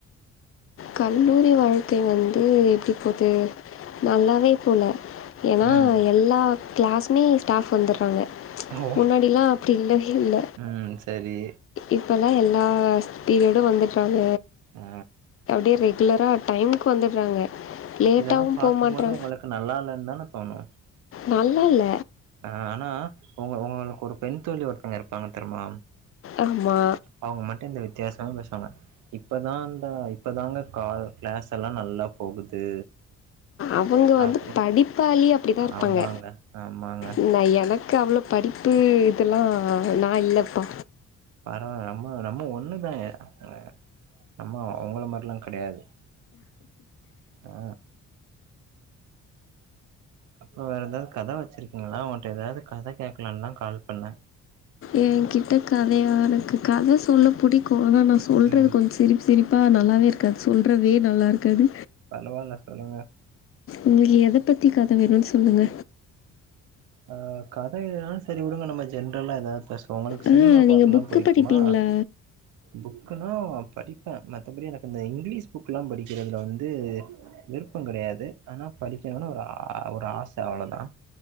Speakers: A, on the left (about 45°); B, on the right (about 85°).
A: கல்லூரி வாழ்க்கை வந்து எப்டி போது நல்லாவே போல ஏன்னா
B: ம்
A: எல்லா கிளாஸ்மே ஸ்டாஃப் வந்துறாங்க
B: ஓ
A: முன்னாடில்லா அப்டி இல்லவே இல்ல
B: ம் சரி
A: இப்பல்லா எல்லா பீரியடு வந்துட்றாங்க
B: ஆ
A: <unintelligible> ரெகுலரா டைமுக் வந்துறாங்க லேட்டாவு
B: இதெல்லா பாக்கும்போது
A: போ மாட்றா
B: உங்களுக்கு நல்லா இல்லனு தான தோணு
A: நல்லால்ல
B: ஆ ஆனா உங்க உங்களுக்கு ஒரு பெண் தோழி ஒருத்தவங்க இருப்பாங்க தெர்மா
A: ஆம்மா
B: அவங்க மட்டு இந்த வித்யாசமா பேசுவாங்க இப்போதா இந்த இப்பதாங்க கா கிளாஸ் எல்லா நல்லா போகுது
A: அவங்க வந்து
B: அப்டி
A: படிப்பாளி அப்டிதா இருப்பாங்க
B: ஆமாங்க ஆமாங்க
A: இந்த எனக் க்கு அவ்ளோ படிப்பு இதெல்லா நா இல்லப்பா
B: பரவால நம்ம நம்ம ஒண்ணுதாங்க <unintelligible> நம்ம அவங்கள மாரிலா கெடயாது ஆ அப்போ வேற எதாது கத வச்சிருக்கிங்களா ஒங்ட்ட ஏதாவது கத கேக்கலானுதா கால் பண்ணே
A: ஏகிட்ட கதையா ருக்கு கத சொல்ல புடிக்கு ஆனா நாஸ் சொல்றது
B: ம்
A: கொஞ்சோ சிரிப்பு சிரிப்பா நல்லாவே இருக்காது சொல்ற வே நல்லா இருக்காது
B: பரவால சொல்லுங்க
A: உங்களுக்கு எத பத்தி கத வேணுனு சொல்லுங்க
B: ஆ கதையா சரி உடுங்க நம்ம ஜென்ரல்லா எதாவது பேசு ஒங்ளுக்கு
A: ஆ
B: சினிமா
A: நீங்கள்
B: பாக்கலா
A: புக்கு
B: புடிக்குமா
A: படிப்பீங்களா
B: புக்குல்லா படிப்ப மத்தபடி எனக்கு அந்த இங்கிலீஷ் புக் எல்லா படிக்கிறதுல வந்து விருப்ப கெடயாது ஆனா படிக்கணுனு ஒரு ஆ ஒரு ஆச அவ்ளதா